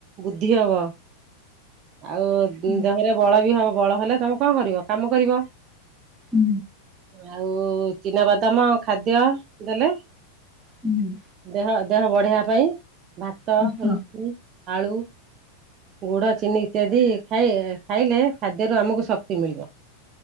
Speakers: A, on the right; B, in the centre.
A: ବୁଦ୍ଧି ହବ। ଆଉ
B: ହୁଁ,
A: ଦେହରେ ବଳ ବି ହବ ବଳ ହେଲେ ତମେ କଣ କରିବ କାମ କରିବ।
B: ହୁଁ।
A: ଆଉ ଚିନା ବଦାମ ଖାଦ୍ୟ ଦେଲେ
B: ହୁଁ,
A: ଦେହ। ଦେହ ବଢ଼େଇିବା ପାଇଁ ଭାତ
B: ସୁସ୍ଥ।
A: ରୁଟି ଆଳୁ ଗୁଡ। ଚିନି ଇତ୍ୟାଦି ଖାଇ ଖାଇଲେ ଖାଦ୍ୟରୁ ଆମକୁ ଶକ୍ତି ମିଳିବ।